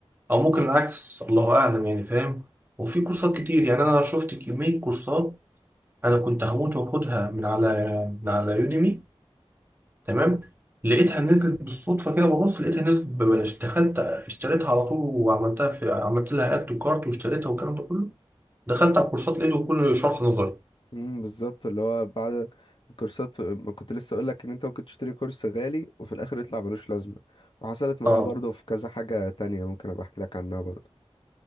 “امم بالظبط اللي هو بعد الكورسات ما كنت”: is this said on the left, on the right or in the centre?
Left